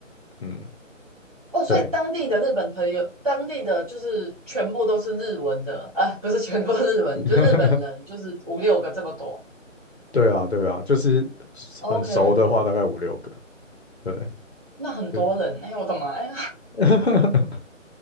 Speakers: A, on the left; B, on the right.
A: 嗯，
B: 哦，所以当地的日本朋友，
A: 对，
B: 当地的就是全部都是日文的，啊，不是全部日文，
A: <laughs>
B: 就日本人，就是五六个这么多。
A: 对啊，对啊，就是
B: OK，
A: 很熟的话，大概五六个。对，
B: 那很多人，
A: 对，
B: 哎，我的妈呀！
A: <laughs>